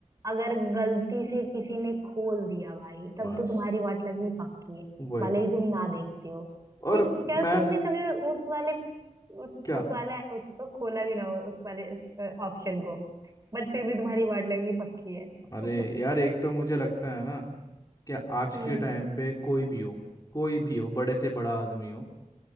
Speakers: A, on the right; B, on the left.
A: अगर गलती से किसी ने खोल दिया भाई तब
B: बस
A: तो तुम्हारी वाट लगनी पक्की है
B: वही
A: भले ही तुम ना देखते हो
B: और
A: फिर क्या
B: मैं
A: तुमने कभी उस वाले उस,
B: क्या
A: उस वाला उसको खोला भी ना हो उस वाले ऑप्शन को बट फिर भी तुम्हारी वाट लगनी पक्की है
B: अरे
A: <laughs>
B: यार एक तो मुझे लगता है ना कि आज
A: हम्म
B: के टाइम पे कोई भी हो कोई भी हो बड़े से बड़ा आदमी हो